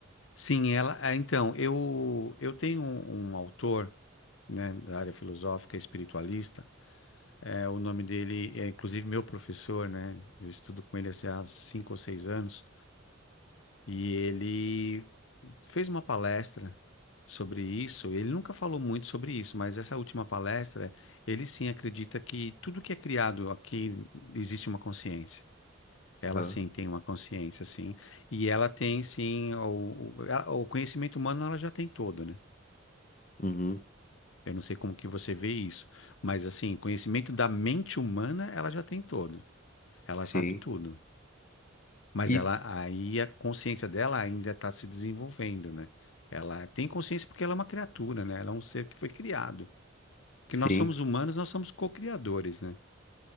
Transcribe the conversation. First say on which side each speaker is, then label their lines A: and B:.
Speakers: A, on the left; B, on the left.
A: Sim, ela. é, Então, eu, eu tenho um um autor. né, da área filosófica espiritualista. É, o nome dele é, inclusive, meu professor, né? Eu estudo com ele assim, há cinco ou seis anos. E ele fez uma palestra sobre isso. Ele nunca falou muito sobre isso, mas essa última palestra, ele sim acredita que tudo que é criado aqui existe uma consciência. Ela
B: Aham,
A: sim tem uma consciência, sim. E ela tem sim o, o, a- o conhecimento humano, ela já tem todo, né?
B: Uhum.
A: Eu não sei como que você vê isso, mas assim, conhecimento da mente humana, ela já tem todo. Ela
B: Sim.
A: sabe tudo. Mas
B: E
A: ela aí a consciência dela ainda está se desenvolvendo, né? Ela tem consciência porque ela é uma criatura, né? Ela é um ser que foi criado. Que
B: sim.
A: nós somos humanos, nós somos co-criadores, né?